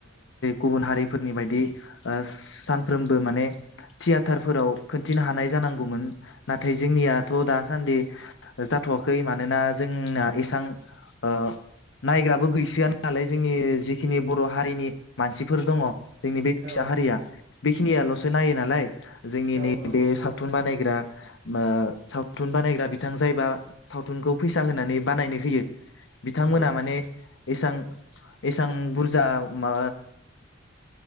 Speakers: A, on the left; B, on the right.
A: गुबुन हारिफोरनि बायदि सानफ्रोमबो माने थियाटारफोराव खिन्थिनो हानाय जानांगौमोन नाथाय जोंनिया थ' दासान्दि जाथ'आखै मानोना जोंना इसां ओ नायग्राबो गैसोआ नालाय जोंनि जिखिनि बर' हारिनि मानसिफोर दङ जोंनि बे फिसा
B: औ
A: हारिया बेखिनियाल'सो नायो नालाय जोंनि
B: औ
A: नैबे
B: औ
A: सावथुन बानाय ग्रा सावथुन बानायग्रा बिथां जायबा सावथुनखौ फैसा होनानै बानायनो होयो बिथांमोना
B: नंगौ
A: माने इसां इसां बुरजा मा